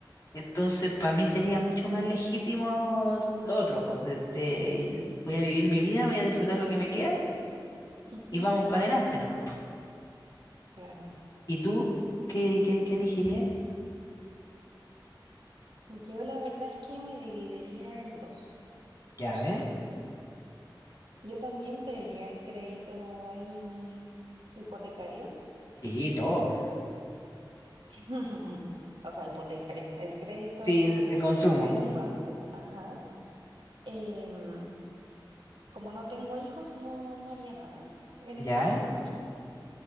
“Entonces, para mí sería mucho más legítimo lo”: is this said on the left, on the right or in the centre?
Left